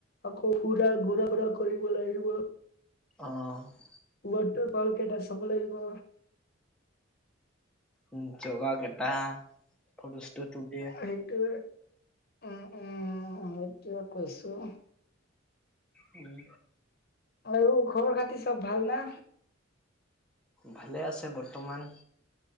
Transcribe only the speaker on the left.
আকৌ ফুৰা ঘুৰা ফুৰা কৰিব লাগিব।
ওৱাটাৰ ফল কেইটা চাব লাগিব।
হেইটোৰ উম, উম, মোক টোৱে কৈছোঁ।
আৰু খবৰ খাতি চ'ব ভাল না?